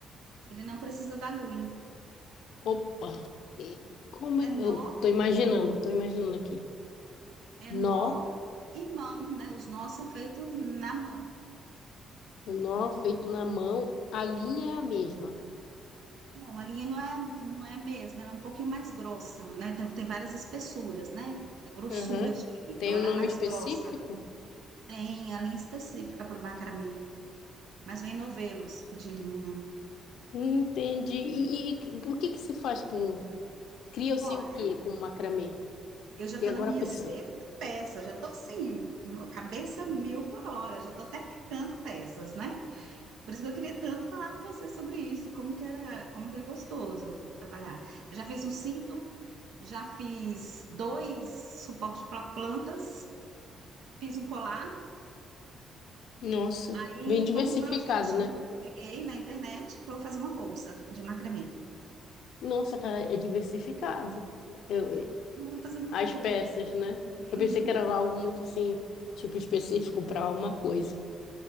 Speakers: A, on the right; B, on the left.
A: Ele não precisa da agulha.
B: Opa! E como é-
A: É
B: eu
A: nó,
B: tô imaginando, tô imaginando aqui.
A: é
B: Nó.
A: nó e mão, né? Os nós são feitos na mão.
B: O nó feito na mão, a linha é a mesma.
A: Não, a linha não é, não é a mesma, ela é um pouquinho mais grossa, né? Tem, tem várias espessuras, né? Grossuras,
B: Aham.
A: de linha,
B: Tem
A: então ela
B: um nome
A: é mais
B: específico?
A: grossa. Tem a linha específica para o macramê, mas vem novelos de linha.
B: Entendi. E, e o que que se faz com... Cria-se
A: Olha.
B: o quê com macramê?
A: Eu
B: Fiquei
A: já estou
B: agora
A: na minha
B: pensando.
A: sexta peça, já estou assim, cabeça mil por hora, já estou até criando peças, né? Por isso que eu queria tanto falar com você sobre isso, como que era, como que é gostoso trabalhar. Eu já fiz um cinto, já fiz dois suportes para plantas, fiz um colar
B: Nossa.
A: e
B: Bem diversificado,
A: estou com um projetinho
B: né?
A: que eu peguei na internet, que eu vou fazer uma bolsa de macramê.
B: Nossa, cara, é diversificado. Eu,
A: Não vou fazer muita
B: as
A: coisa.
B: peças, né?
A: Uhum.
B: Eu pensei que era algo muito assim, tipo, específico para uma coisa.